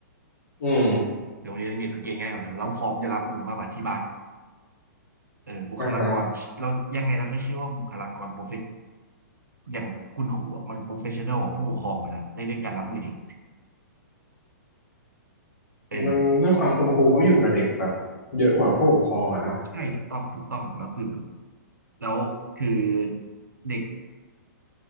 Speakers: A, on the left; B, on the right.
A: อืม
B: โรงเรียนสังเกตง่ายกว่าอยู่แล้วแล้วพร้อมจะรับมือมากกว่าที่บ้าน เออบุคลากรเรายังไงเราก็เชื่อว่าบุคลากรโปรเฟช
A: อ่าฮะ
B: อย่างคุณครูอะมันโปรเฟชชั่นอลกว่าผู้ปกครองเลยนะในเรื่องการรับมือเด็กเออ
A: มันด้วยความคุณครูเขาอยู่กับเด็กแบบเยอะกว่าผู้ปกครองอะเนาะ
B: ใช่ถูกต้องถูกต้องแล้วคือแบบแล้วคือเด็ก